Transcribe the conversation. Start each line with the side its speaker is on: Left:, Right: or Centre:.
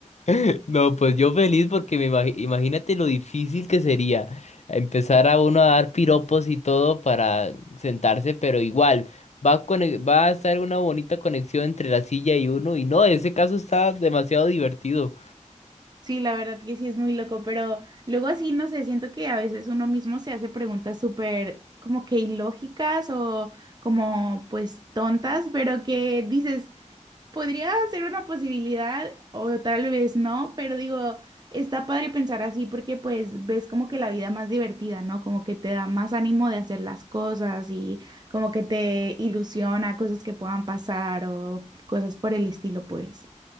Left: <laughs> No, pues yo feliz porque me imagi- imagínate lo difícil que sería empezar a uno a dar piropos y todo para sentarse, pero igual va a, cone- va a estar una bonita conexión entre la silla y uno y no, ese caso está demasiado divertido.
Right: Sí, la verdad que sí es muy loco, pero luego así, no sé, siento que a veces uno mismo se hace preguntas súper como que ilógicas o como pues tontas, pero que dices... Podría ser una posibilidad o tal vez no, pero digo, está padre pensar así porque pues ves como que la vida más divertida, ¿no? Como que te da más ánimo de hacer las cosas y como que te ilusiona cosas que puedan pasar o cosas por el estilo, pues.